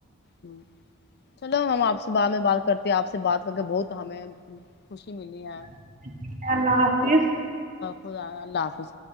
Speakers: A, on the left; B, on the right.
A: ہ چلو ہم آپ سے بعد میں بات کرتے آپ سے بات کر کے بہت ہمیں خوشی ملی ہے
B: ہے اللہ حافظ
A: خدا اللہ حافظ